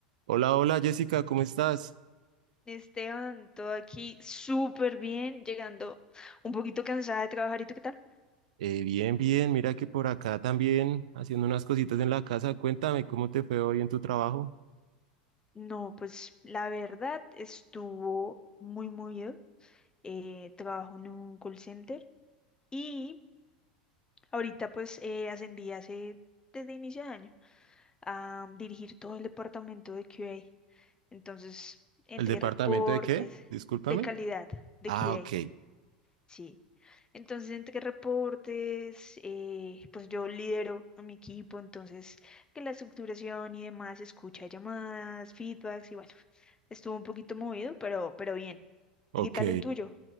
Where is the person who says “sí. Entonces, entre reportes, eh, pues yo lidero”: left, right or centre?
Left